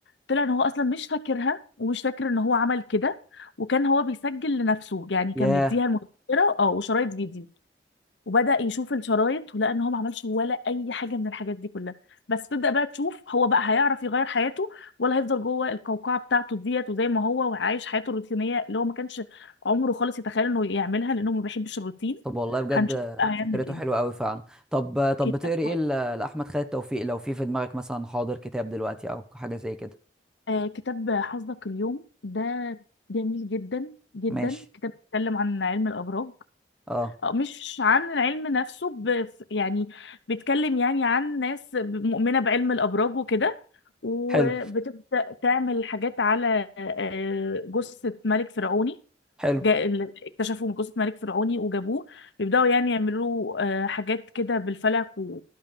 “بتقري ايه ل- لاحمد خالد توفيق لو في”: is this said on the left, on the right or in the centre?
Centre